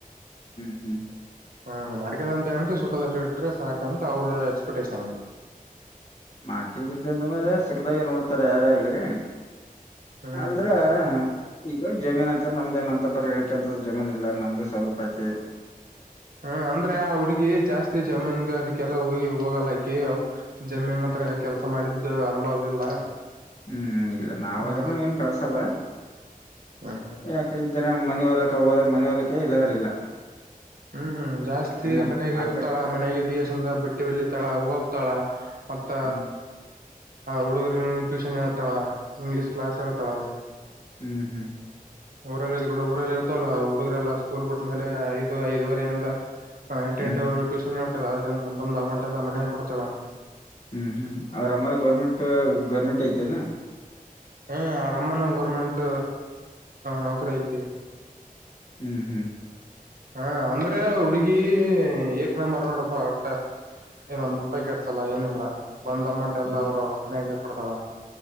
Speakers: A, on the left; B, on the right.
A: ಹ್ಮ್ ಹ್ಮ್
B: ಹ್ಮ ಮ <unintelligible> <unintelligible> ಅಂತ ಹೇಂತವಿ ಸುಖದಲ್ಲಿ ಇಟ್ರೆ ಸಾಕಂತ ಅವ್ರ ಎಕ್ಸ್ಪೆಕ್ಟೇಷನ್
A: ಮಾಡ್ಕಿಂದಿ ಇರ್ದಂದ ಮೇಲೆ ಸುಖದಾಗ ನೋಡ್ತಾರೆ ಯಾರಾಗ್ಲಿ
B: ಹ್ಮ್
A: ಅಂದ್ರ ಈಗ ಜಮೀನ್ ಅಂತ ನಮ್ದೇನಂತ ಬರೆ ಅಂತ ಜಮೀನಿಲ್ಲ ನಮ್ದೇ ಸ್ವಲ್ಪ ಐತಿ.
B: ಹ್ಮ ಅಂದ್ರೆ ಆ ಹುಡ್ಗಿ ಜಾಸ್ತಿ ಜಮೀನ್ಗ ಅದಕ್ಕೆಲ್ಲಾ ಹೋಗಿ ಹೋಗಲ್ಲಾಕಿ ಜಮೀನ್ ಹತ್ರ ಕೆಲ್ಸ ಮಾಡಿದ್ದ ಅನುಭವ ಇಲ್ಲ.
A: ಹ್ಮ್ ಇಲ್ಲ ನಾವಾದ್ರೂನು
B: ಹ್ಮ
A: ಏನ್ ಕಳ್ಸಲ್ಲ
B: ಹ್ಮ್
A: ಯಾಕ ಇದ್ರ ಮನೆ ಹೊಡಟ ಹೋದ್ರ ಮನೆ ಹೊಲಕೆ ಇಲ್ಲದ್ರ ಇಲ್ಲ.
B: ಹ್ಮ್ ಜಾಸ್ತಿ
A: ಹ್ಮ್
B: ಮನೆಗೆ
A: ಆ
B: ಇರ್ತಾಳ
A: ಕಡೆ
B: ಮನೆಗೆ <unintelligible> ಸಂದ ಬಟ್ಟೆ ಹೋಲಿತಾಳ ಓದ್ತಾಳ ಮತ್ತ
A: ಹ್ಮ್
B: ಹುಡುಗರ ಟ್ಯೂಷನ್ ಹೇಳ್ತಾಳ ಇಂಗ್ಲೀಷ್ ಕ್ಲಾಸ್ ಹೇಳ್ತಾಳ.
A: ಹ್ಮ್ ಹ್ಮ್
B: ಊರಲ್ಲಿ ಇದ್ಕೊಂಡು ಊರಲ್ಲಿ ಇರ್ತವಲ್ಲ ಹುಡುಗ್ರೇಲ್ಲಾ ಸ್ಕೂಲ್ ಬಿಟ್ಟ್ಮೇಲೆ ಐದು ಐದುವರೆೆಯಿಂದ ಎಂಟ
A: ಹ್ಮ್
B: ಗಂಟೆವರೆಗೂ ಟ್ಯೂಷನ್ ಹೇತಳ ಅಂದ್ರಿಂದ ಬಂದ ಅಮೌಂಟ್ ಎಲ್ಲ ಮನೇಗ ಕೊಡ್ತಾಳ
A: ಹ್ಮ್ ಹ್ಮ್ ಅವ್ರ ಅಮ್ಮ ಗೌರ್ಮೆಂಟ್ ಗೌರ್ಮೆಂಟ್ ಐತೆನ್ನು
B: ಹ ಅವ್ರ್ ಅಮ್ಮನು ಗೌರ್ಮೆಂಟ್ ನೌಕರಿ ಐತಿ
A: ಹ್ಮ್ ಹ್ಮ್
B: ಹಾ ಅಂದ್ರೆ ಹುಡ್ಗಿ ಏಕ್ ನಂಬರ್ ನೋಡಪ್ಪಾ ಒಟ್ಟ. ಏನ್ ಒಂದ್ ರೂಪಾಯಿ ಕೆಡ್ಸಲ್ಲ ಏನಿಲ್ಲ ಬಂದ್ ಅಮೌಂಟ್ ಎಲ್ಲಾ
A: ಹ್ಮ್
B: ಅವರು ಮನೆಾಗ ಕೊಡ್ತಾಳ